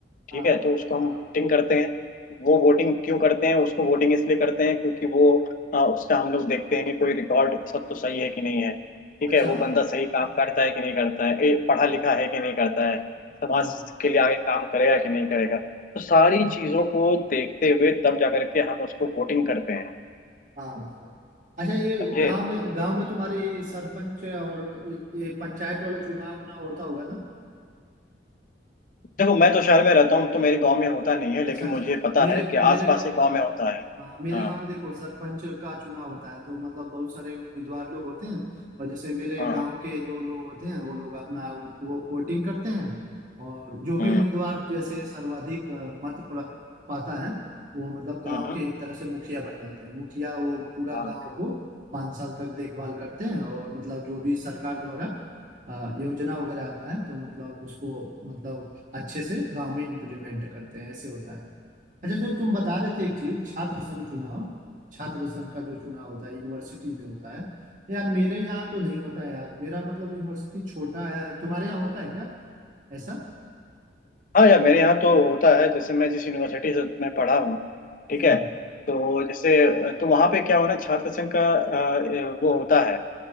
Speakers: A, on the left (about 45°); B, on the right (about 45°).
A: ठीक
B: हाँ
A: है तो उसको हम
B: हाँ
A: वोटिंग करते हैं वो वोटिंग क्यों करते हैं उसको वोटिंग इसलिए करते हैं क्योंकि वो अ, उसका हम लोग देखते हैं कि कोई रिकॉर्ड सब तो सही है कि नहीं है ठीक
B: अच्छा
A: है वो
B: हाँ
A: बंदा सही काम करता है कि नहीं करता है ए, पढ़ा लिखा है कि नहीं करता है समाज
B: हाँ
A: के लिए आगे काम करेगा कि नहीं करेगा तो सारी चीजों को देखते हुए तब जा करके हम उसको वोटिंग करते हैं
B: हाँ हाँ। अच्छा ये
A: समझे
B: गांव में गांव में तुम्हारे ये सरपंच और ये ये पंचायत वाला चुनाव ना होता होगा ना
A: देखो मैं तो शहर में रहता हूँ तो मेरे गांव में होता नहीं है लेकिन
B: अच्छा अच्छा
A: मुझे पता
B: मेरे
A: है कि आसपास
B: मेरे गांव
A: के गांव में होता है
B: हाँ मेरे
A: हाँ
B: गांव में देखो सरपंच का चुनाव होता है तो मतलब बहुत सारे उम्मीदवार लोग होते हैं और जैसे मेरे
A: हाँ
B: गांव
A: हाँ
B: के जो लोग होते हैं वो लोग अपना वो वोटिंग करते हैं और जो भी
A: हम्म
B: उम्मीदवार जैसे सर्वाधिक अ, मत प्र- पाता है वो मतलब गांव
A: हम्म हम्म,
B: के एक तरह से मुखिया बन जाते हैं मुखिया वो पूरा
A: हाँ
B: गांव को पाँच साल तक देखभाल करते हैं और मतलब जो भी सरकार द्वारा अ, योजना वगैरह आता है तो मतलब उसको मतलब अच्छे से गांव में इम्प्लीमेंट करते हैं ऐसे होता है अच्छा जो तुम बता रहे थे एक चीज छात्र संघ चुनाव छात्र संघ का जो चुनाव होता है यूनिवर्सिटी में होता है तो यार मेरे यहाँ तो नहीं होता है यार मेरा मतलब यूनिवर्सिटी छोटा है तुम्हारे यहाँ होता है क्या ऐसा
A: हाँ यार मेरे यहाँ तो होता है जैसे मैं जिस यूनिवर्सिटी से मैं पढ़ा हूँ ठीक
B: हम्म
A: है तो जैसे तो वहाँ पे क्या होना छात्र संघ का अ, वो होता है